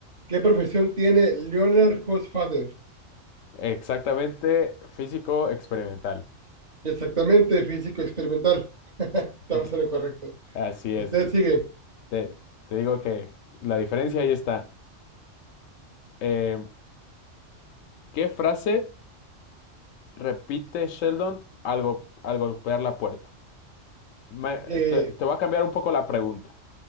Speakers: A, on the right; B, on the left.
A: ¿qué profesión tiene Leonard Hofstadter?
B: Exactamente, físico experimental.
A: Exactamente, físico experimental. <laughs> Estamos
B: <laughs>
A: en lo correcto.
B: Así es.
A: Usted
B: Te,
A: sigue.
B: te- te digo que la diferencia ahí está. Eh, ¿qué frase repite Sheldon al, go- al golpear la puerta? Me-
A: Eh,
B: te, te voy a cambiar un poco la pregunta.